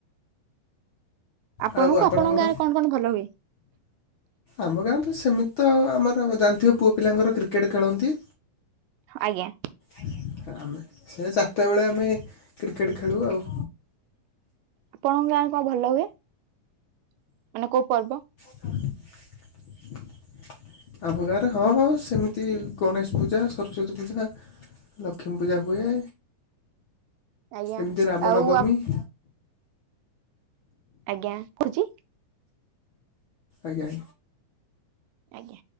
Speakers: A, on the right; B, on the left.
A: ଆପଣଙ୍କୁ
B: ଆଉ ଆପଣଙ୍କର
A: ଆପଣଙ୍କ ଗାଁରେ କଣ କଣ ଭଲ ହୁଏ?
B: ଆମ ଗାଁରେ ସେମିତିତ ଆମର ଜାଣିଥିବେ ପୁଅ ପିଲାଙ୍କର କ୍ରିକେଟ୍ ଖେଳନ୍ତି।
A: ଆଜ୍ଞା।
B: ଆଜ୍ଞା ଆମେ ସେ ଚାରିଟା ବେଳେ ଆମେ କ୍ରିକେଟ୍ ଖେଳୁ ଆଉ।
A: ଆପଣଙ୍କ ଗାଁରେ କଣ ଭଲ ହୁଏ ମାନେ କୋଉ ପର୍ବ?
B: <inaudible> ଆମ ଗାଁରେ ହଁ ହଁ ସେମିତି ଗଣେଶ ପୂଜା ସରସ୍ଵତୀ ପୂଜା ଲକ୍ଷ୍ମୀ ପୂଜା ହୁଏ
A: ଆଜ୍ଞା
B: ଏମିତି ରାମ
A: ଆଉ
B: ନବମୀ <inaudible>
A: ଆଜ୍ଞା କହୁଚି।
B: ଆଜ୍ଞା।
A: ଆଜ୍ଞା।